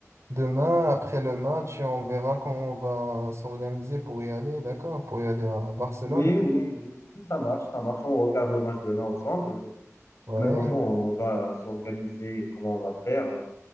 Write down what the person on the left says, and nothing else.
Oui, oui, oui, oui, ça marche, ça marche. On regarde le match demain ensemble.
En même temps, on va s'organiser comment on va faire.